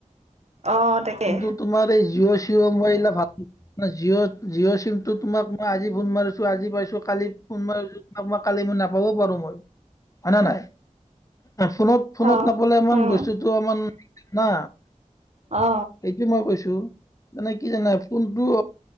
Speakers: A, on the right; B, on the left.
A: অ তাকে
B: কিন্তু তোমাৰ এই জিঅ' চিঅ' মোবাইল জিঅ' জিঅ' চিমটো তোমাক মই আজি ফোন মাৰিছো আজি পাইছো কালি ফোন মাৰিছো। মই কালি মই নাপাবও পাৰো, মই হয় নে নাই? ফোনত-ফোনত
A: অ
B: নাপালে ইমান
A: উম
B: বস্তুটো অলপমান না
A: অ
B: সেইটো মই কৈছো। মানে কি জানা! ফোনটো